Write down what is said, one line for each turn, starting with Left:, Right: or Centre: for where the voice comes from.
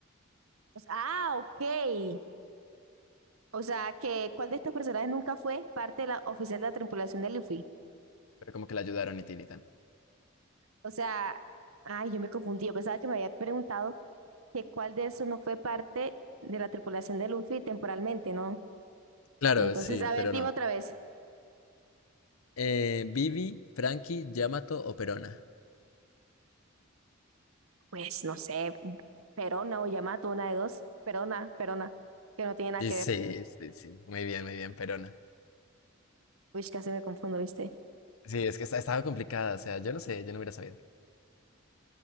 Right: O sea, ah, ok. O sea, que ¿cuál de estos personajes nunca fue parte de la oficial de la tripulación de Luffy?
Left: Pero como que la ayudaron y tin
Right: O sea, ay, yo me confundí. Yo pensaba que me había preguntado que cuál de esos no fue parte de la tripulación de Luffy temporalmente, ¿no?
Left: Claro,
Right: Entonces,
Left: sí,
Right: a
Left: pero
Right: ver, dime
Left: no.
Right: otra vez.
Left: Eh, Vivi, Frankie, Yamato o Perona.
Right: Pues no sé, Perona o Yamato, una de dos. Perona, Perona, que no tiene nada
Left: Y
Right: que
Left: sí,
Right: ver.
Left: sí, sí. Muy bien, muy bien, Perona.
Right: Uy, casi me confundo, ¿viste?
Left: Sí, es que esta- estaba complicada. O sea, yo no sé, yo no hubiera sabido.